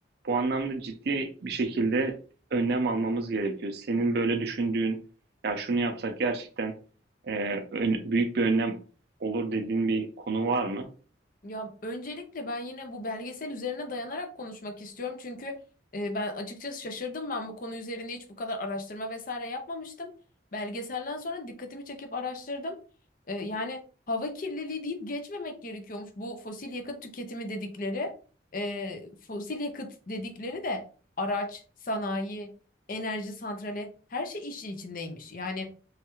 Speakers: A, on the right; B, on the left.
A: Bu anlamda ciddi bir şekilde önlem almamız gerekiyor. Senin böyle düşündüğün, ya şunu yapsak gerçekten e, ön- büyük bir önlem olur dediğin bir konu var mı?
B: Ya öncelikle ben yine bu belgesel üzerine dayanarak konuşmak istiyorum. Çünkü e, ben açıkçası şaşırdım. Ben bu konu üzerinde hiç bu kadar araştırma vesaire yapmamıştım. Belgeselden sonra dikkatimi çekip araştırdım. E, yani hava kirliliği deyip geçmemek gerekiyormuş. Bu fosil yakıt tüketimi dedikleri, e, fosil yakıt dedikleri de araç, sanayi, enerji santrali her şey işin içindeymiş. Yani